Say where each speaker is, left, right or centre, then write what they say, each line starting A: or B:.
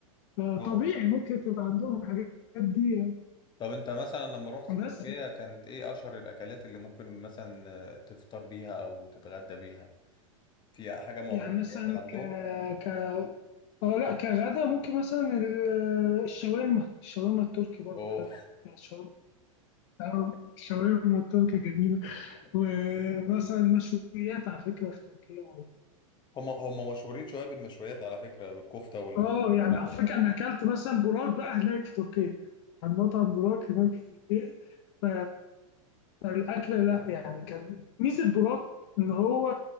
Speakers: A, on the left; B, on the left.
A: آه،
B: طبعا
A: طبيعي ممكن تبقى عندهم الحاجات دي
B: طب انت مثلا لما رحت
A: بس
B: تركيا كانت ايه اشهر الاكلات اللي ممكن مثلا آه، تفطر بيها او تتغدى بيها في حاجه مميزه
A: يعني مثلا
B: عندهم
A: ك ك اه لا كغدا ممكن مثلا ال- الشاورما الشاورما التركي برضو
B: أو-
A: حلوة يعني الشاورما اه، الشاورما التركي جميلة
B: <laughs>
A: ومثلا مشويات على فكرة في تركيا
B: هم هم مشهورين شويه بالمشويات على فكره بالكفته وال-
A: اه
B: واللحمه
A: يعني على فكره انا اكلت مثلا براك بقى هناك في تركيا عند مطعم براك هناك في تركيا ف... فالاكل لا يعني كان ميزه براك ان هو